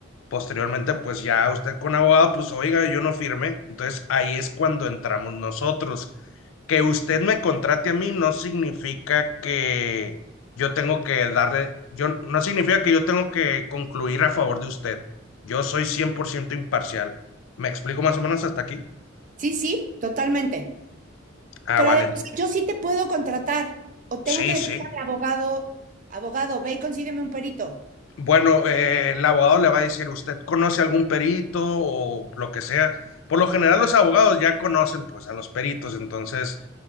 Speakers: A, on the left; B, on the right.
A: posteriormente, pues ya usted con abogado, pues oiga, yo no firmé. Entonces, ahí es cuando entramos nosotros. Que usted me contrate a mí no significa que yo tengo que darle, yo, no significa que yo tengo que concluir a favor de usted. Yo soy 100% imparcial. ¿Me explico más o menos hasta aquí?
B: Sí, sí, totalmente.
A: Ah,
B: Pero
A: vale.
B: además, yo sí te puedo contratar o tengo
A: Sí,
B: que decirle
A: sí.
B: a mi abogado, abogado, ve y consígueme un perito.
A: Bueno, eh, el abogado le va a decir, ¿usted conoce algún perito o lo que sea? Por lo general los abogados ya conocen pues a los peritos, entonces